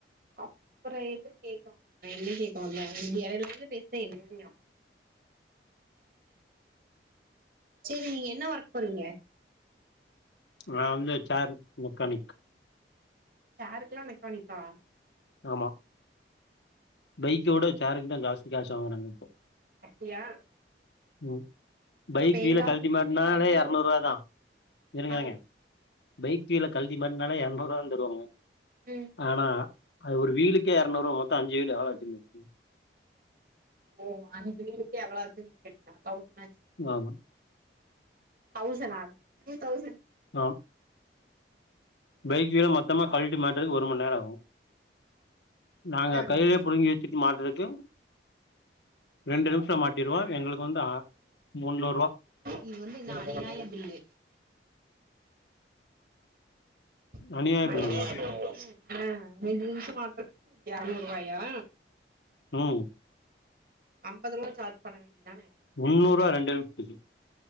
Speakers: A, on the right; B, on the left.
A: அப்றோ எதுக் கேக்க <inaudible> என்ன கேக்கவந்தே நீ எடைல எடைல பேசி <inaudible> நியாப் செரி நீங்க என்ன ஒர்க் போறீங்க
B: நா வந்து சேர் மெக்கானிக்
A: சேருக்கெல்லா மெக்கானிக்கா
B: ஆமா பைக்கவிட சேருக்கு தா ஜாஸ்தி காசு வாங்கறாங்க இப்போ
A: அப்டியா
B: ம் பைக்
A: அப்ப
B: கீழ
A: எங்க
B: கழ்ல்டி
A: ஆபீஸ்லயு
B: மாட்னாலே
A: ஏதாவது
B: எர்நூரூவா தா இருங்க
A: ஆ
B: இருங்க பைக் கீழே கழ்ல்டி மாட்னாலே எர்நூரூவா வந்துரு
A: ம்
B: ஆனா அது ஒரு வீளுக்கே அர்நூறுவா மொத்தோ அஞ்சு வீலு ஆராய்ரித்தி <inaudible>
A: ஓ அ <unintelligible> அவ்ளோ ஆ <unintelligible> தவுசன்நாச்சு
B: ஆமா
A: தௌசணா த்ரி தௌசண்
B: நா பைக்கு வீளே மொத்தமா கழ்ட்டி மாட்றக் ஒரு மண் நேரோ ஆகு நாங்க
A: அஞ்சு
B: கையிலேயே
A: நிமிஷ
B: புடுங்கி
A: ஆகுமா
B: தூக்கி மாட்டுறக்கு ரெண்டு நிமிஷோ மாட்டிருவோ எங்களுக்கு வந்து ஆ முன்னூறுரூவா
A: இது வந்து என்ன அநியாய பில்லு <inaudible>
B: அநியாய
A: அ
B: பில்லுங்க
A: ரெண்டு நிமிஷம் மாற்றக்கு எரநூரூவாயா
B: ம்
A: ஐம்பது ரூபா சார்ஜ் பண்ண வேண்டியத்தானே
B: முன்னூருவா ரெண்டு நிம்ஷ்துக்கு